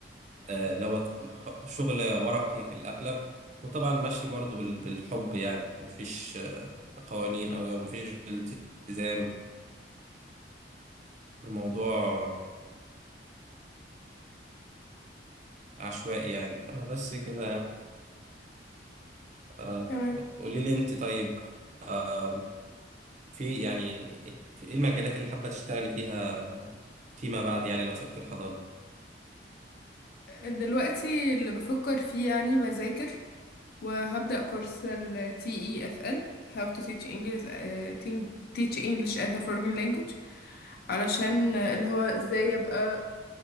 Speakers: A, on the right; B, on the left.
A: آه اللي هو ت- خ- شغل ورقي في الأغلب وطبعا ماشي برضو بال- بالحب يعني مفيش آه قوانين أو يعني مفيش التزام الموضوع عشوائي يعني أنا بس كده آه
B: تمام
A: قولي لي أنت طيب آه، في يعني في ايه المجالات اللي حابة تشتغلي فيها فيما بعد يعني لو سبت الحضانة
B: دلوقتي اللي بفكر فيه يعني بذاكر وهبدأ كورس ال TEFL How to teach English آه، Ting- teach English as a foreign language علشان آه، اللي هو ازاي ابقى